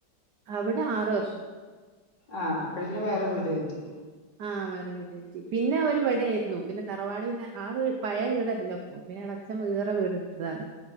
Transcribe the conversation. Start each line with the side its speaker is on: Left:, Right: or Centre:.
Right: അവിടെ ആറ വർഷം
Left: ആ അപ്പോഴേക്കും വേറെ വീട് കറ്റി
Right: ആ വേറരുച്ചി പിന്നെ അവര് വിടെ ആയിരുന്നു പിന്നെ തറവാട് പിന്നെ ആ വീ പഴ വീടല്ലോപ്പൊ പിന്നെ അളച്ചൻ വേറെ വീടെടുത്തതാണ്